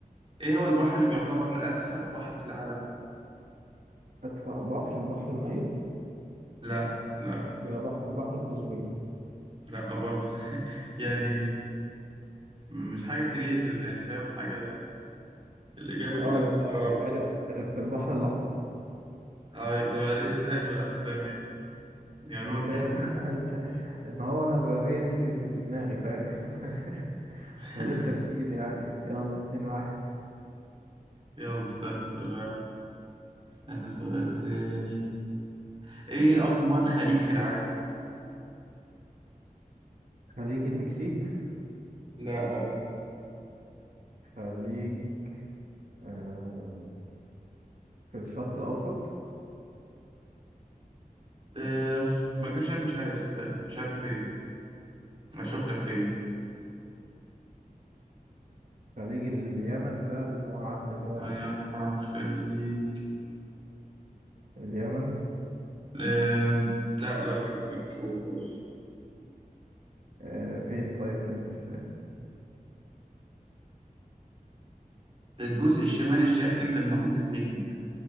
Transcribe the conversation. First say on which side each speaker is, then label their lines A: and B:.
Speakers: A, on the right; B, on the right.
A: ايه هو البحر اللي بيعتبر ادفأ بحر في العالم
B: أدفأ بحر البحر الميت
A: لا لا
B: يبقى بحر بحر قزوين
A: لا برضه <laughs> يعني مش حاجه كرييتيف يعني فاهم حاجه الاجابه
B: اه
A: كده
B: لا
A: هتستغرب
B: اه عرفت عرفت البحر الأحمر
A: اه طب عر- ازاي بقى عرفتها منين؟ دي معلومة
B: جبتها
A: جديدة بصراحة.
B: <laughs> ما هو أنا غ- هي دي اللي كانت في دماغي فاهم <laughs>
A: <laughs>
B: من غير تفسير يعني يلا اتنين واحد
A: يلا استنى سؤال واحد استنى سؤال تاني ايه اكبر خليج في العالم؟
B: خليج المكسيك
A: لا لا
B: خليج آه في الشرق الأوسط
A: أه ما اكدبش عليك مش عارف صدقني مش عارف فين اشوف لك فين
B: خليج اليمن ده اللي هو عدن ده ولا
A: يعني أكبر خليج
B: اليمن
A: أم... لا لا لا لا مش هو خالص
B: آه فين طيب في, في
A: الجزء الشمالي الشرقي من المحيط الهندي